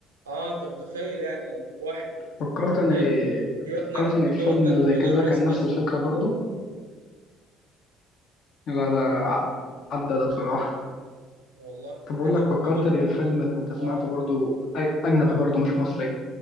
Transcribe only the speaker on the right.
اه انت متخيل يعني واحد
يق- يقنع
ده
وكمان
كان شغال
رئيس
قسم
والله
انت
كنت
بقول
اه